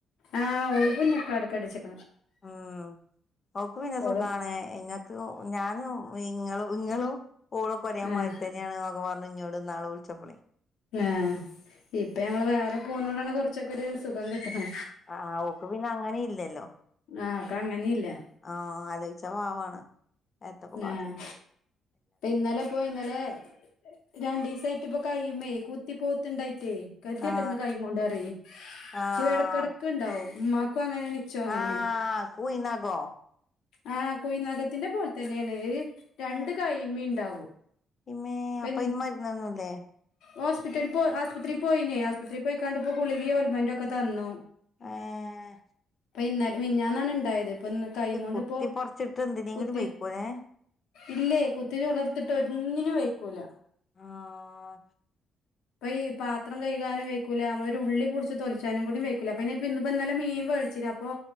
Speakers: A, on the left; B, on the left.
A: ആഹ് ഓൾ കുഞ്ഞക്കാട് ക്കാ കെട്ടിച്ച്ണെ
B: ഉം ഓക്ക് പിന്നെ സുഖണേ
A: ഓള്
B: ഇങ്ങക്ക് ഞാനും ഇങ്ങളും ഇങ്ങളും ഓളൊക്കെ ഒരേ
A: ആഹ്
B: മാതിരിതന്നെയാണ് ന്നൊക്കെ പറഞ്ഞു ഇന്നോട് ഇന്നാള് വിളിച്ചപ്പളെ
A: ആഹ് ഇപ്പൊ ഞങ്ങള് വേറെ പോന്നോണ്ടാണ് കുറച്ചൊക്കെ ഒരു സുഖം കിട്ട് ണെ
B: ആ ഓക്ക് പിന്നെ അങ്ങനീം ഇല്ലല്ലോ
A: ആഹ് ഒക്കെ അങ്ങനില്ല
B: ആഹ ആലോയ്ച്ചാ പാവാണ് എത്തപ്പ കാട്ട്ണ്
A: ആഹ് ഇന്നലെ ഇപ്പോ ഇന്നലെ രണ്ടീസായിട്ട് ഇപ്പ കയ്യിമ്മേ കു ത്തി പോത്ത്ണ്ടായിറ്റേ കതെട്ട്ണ്
B: ആഹ്
A: കൈ കൊണ്ട് അറയേ
B: ആഹ്
A: ച്ചും ഇടക്കിടക്ക് ഉണ്ടാവും ഉ ക്കും അങ്ങനെണ് ഇച്ചും അങ്ങനെണ്
B: ആഹ കൂയിനാകോ
A: ആ കുയ് നഖത്തിന്റെ പോലെ തന്നെയാണ് രണ്ട്
B: ഏ
A: കയ്യ്മ്മീം ഇണ്ടാവും
B: ഇമ്മേ
A: പി
B: അപ്പൊ അയിന് മരുന്നൊന്നുല്ലേ
A: ഹോസ്പിറ്റലിൽ പോ ആസ്പത്രിയിൽ പോയിനേ ആസ്പത്രിയിൽ പോയ്ക്കാണ്ടിപ്പോ ഗുളികിം ഓല്മെന്റ് ഒക്കെ തന്നു
B: ഏഹ്
A: ഇന്ന മിന്നാന്നാണ് ഇണ്ടായത് ഇപ്പൊ ഇന്ന് കൈ കൊണ്ട്
B: കുത്തി
A: ഇപ്പോൊ
B: പൊറച്ചിട്ട് എന്തിനെങ്കിലും
A: കുത്തി
B: വെയ്ക്കുവേ
A: ഇല്ലേ കുത്തി ചുളതത്ത്ട്ട് ഒന്നിനും വൈക്കൂല
B: ആഹ
A: അപ്പൊ ഈ പാത്രം കഴ്കാനും വെയ്ക്കൂല നമ്മളൊരു ഉള്ളി പിടിച്ച് തോലിച്ചാനും കൂടി വെയ്ക്കില്ല പിന്നെ അപ്പ ഇ മീൻ മേടിച്ചീനിഅപ്പൊ